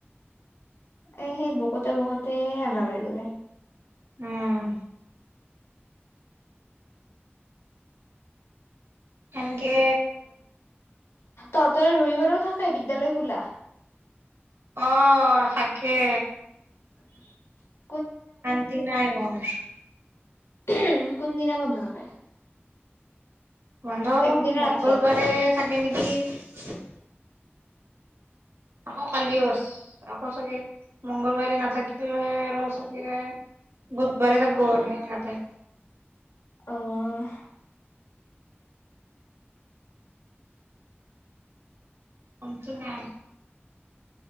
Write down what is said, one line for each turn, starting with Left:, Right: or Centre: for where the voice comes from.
Left: এ সেই বকোতে -বকোতে এলাহ লাগি যায়।
Right: উম হেনকে
Left: তহঁতৰ ৰবিবাৰেও থাকে বিদ্যালয় খোলা?
Right: অ থাকে।
Left: <unintelligible>
Right: শান্তি নাই মোৰ।
Left: উ, কোনদিনা বন্ধ থাকে?
Right: বন্ধ
Left: একদিনা
Right: মংগলবাৰে
Left: ৰাখে
Right: থাকে নেকি <unintelligible> আকৌ কালিও আছ, আকৌ চাগে মংগলবাৰে নাথাকিলে আৰু চাগে বুধবাৰে থাকব পাৰে, সেনকা টাইপ।
Left: অহ
Right: শান্তি নাই